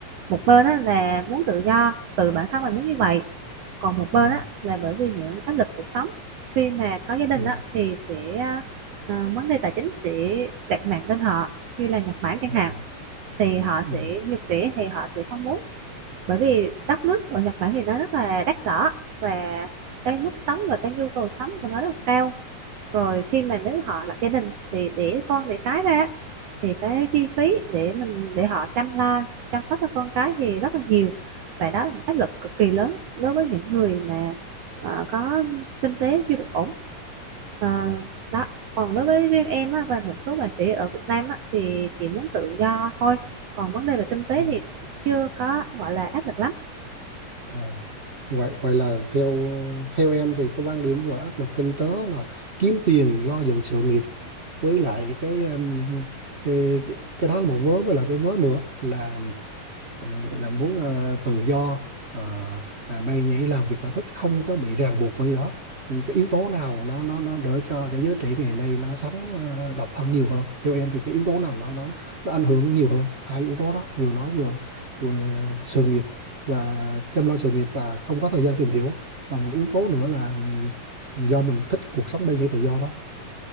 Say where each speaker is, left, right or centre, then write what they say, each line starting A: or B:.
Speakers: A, on the right; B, on the right.
A: một bên á, là muốn tự do từ bản thân mình muốn như vậy còn một bên
B: Ừ.
A: á, là bởi vì những áp lực cuộc sống khi mà có gia đình
B: Ừ.
A: á, thì sẽ ờ, vấn đề tài chính sẽ đặt nặng lên họ như là Nhật Bản chẳng
B: À.
A: hạn thì họ
B: Ừ.
A: sẽ nhật trẻ thì họ sẽ không muốn bởi vì đất nước ở Nhật Bản thì nó rất là đắt đỏ và cái mức sống và cái nhu cầu sống của nó rất là cao rồi khi mà nếu họ lập gia đình thì để con để cái ra thì cái chi phí để mình để họ chăm lo chăm sóc cho con cái thì rất là nhiều và đó là một áp lực cực kỳ lớn đối với những người mà ờ, có kinh tế chưa được ổn Ờ,
B: À.
A: đó còn đối với riêng em á, và một số bạn trẻ ở Việt Nam á, thì chị muốn tự do thôi còn vấn đề về kinh tế
B: Ừ.
A: thì cũng chưa có gọi là áp lực lắm
B: À. Vậy, vậy là theo theo em thì cái quan điểm vừa áp lực kinh tế là kiếm tiền lo dựng sự nghiệp với lại cái um, ê, cái, cái đó là một vớ với lại cái vớ nữa là Ờ, là muốn ờ, tự do ờ, à, bay nhảy làm việc ta thích không có bị ràng buộc bởi đó Ừ, cái yếu tố nào nó nó nó đỡ cho cái giới trẻ ngày nay nó sống ờ, độc thân nhiều hơn theo em thì cái yếu tố nào nó nó, nó ảnh hưởng nhiều hơn hai yếu tố đó vừa nói vừa vừa sự nghiệp và chăm lo sự nghiệp và không có thời gian tìm hiểu và một yếu tố nữa là ừm, do mình thích cuộc sống bay nhảy tự do đó